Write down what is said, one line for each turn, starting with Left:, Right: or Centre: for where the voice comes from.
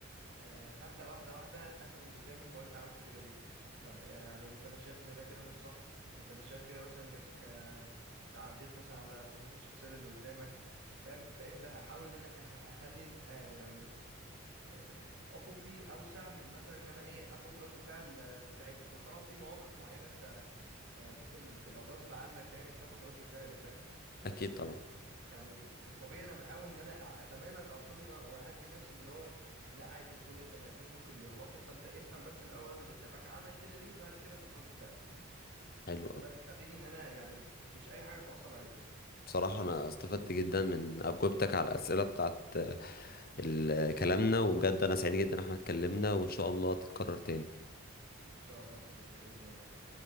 Right: آه، ابدا واحده واحده اسال اللي قدامي هو انت عملت كده ليه طب آه، يعني انت مش شايف ان ده كده مش صح انت مش شايف كده مثلا انك آه، تعديت مثلا على حدود الشخصيه اللي قدامك فاهم؟ بقيت بحاول ان انا أه- اخلي آه، يعني آه، افقي اوسع من مثلا ان انا ايه اخد رد فعل آه، في ساعتها بس طبعا في مواقف معينه انت آه، ممكن بتبقى غصب عنك يعني بتاخد رد فعل فاهم
Left: اكيد
Right: بس ال-
Left: طبعا
Right: يعني في الطبيعي انا بحاول ان انا اتمالك اعصابي وأ- واهدي نفسي واللي هو لا عادي كل البني ادمين ممكن بيغلطوا فانت افهم بس الاول من اللي قدامك عمل كده ليه بعد كده خد رد فعل
Left: حلو قوي
Right: فده بيخليني ان انا يعني مش اي حاجه اتعصب عليها
Left: بصراحه انا استفدت جدا من اجوبتك على الاسئله بتاعت آه، ال- كلامنا وبجد انا سعيد جدا ان احنا اتكلمنا وان شاء الله تتكرر تاني
Right: ان شاء الله يا صديقي باذن الله